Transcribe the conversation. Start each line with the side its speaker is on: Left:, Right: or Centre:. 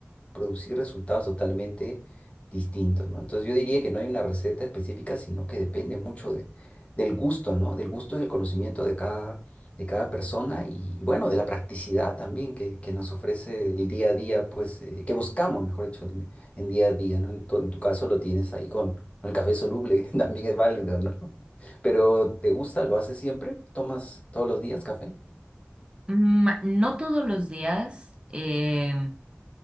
Left: producir resultados totalmente distintos, ¿no? Entonces yo diría que no hay una receta específica, sino que depende mucho de, del gusto, ¿no? Del gusto y del conocimiento de cada, de cada persona y, y bueno, de la practicidad también que, que nos ofrece el día a día, pues, eh, que buscamos, mejor dicho, en, en día a día, ¿no? En tu, en tu caso lo tienes ahí con, con el café soluble, <laughs> también es válido, ¿no? Pero ¿te gusta? ¿Lo haces siempre? ¿Tomas todos los días café?
Right: Mm, no todos los días. em,